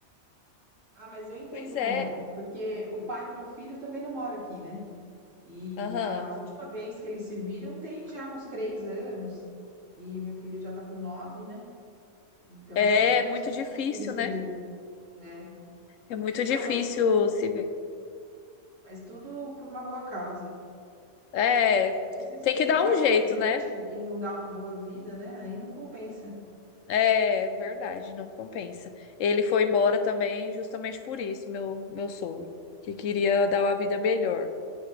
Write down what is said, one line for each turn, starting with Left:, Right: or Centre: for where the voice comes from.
Right: Ah, mas eu entendo
Left: Pois é.
Right: como é, porque o pai do meu filho também não mora aqui, né? E
Left: Aham.
Right: a última vez que eles se viram tem já uns três anos. E o meu filho já tá com nove, né? Então
Left: É
Right: é mais ou menos
Left: é muito
Right: por
Left: difícil,
Right: aí que eles se
Left: né?
Right: viram, né?
Left: É muito difícil
Right: Ah, mas,
Left: se ver.
Right: mas tudo por uma boa causa.
Left: É.
Right: Às vezes
Left: Tem que
Right: se
Left: dar
Right: faz
Left: um jeito,
Right: presente
Left: né?
Right: e não dá uma boa vida, né? Aí não compensa.
Left: É verdade, não compensa. Ele foi embora também justamente por isso, meu, meu sogro, que queria dar uma vida melhor.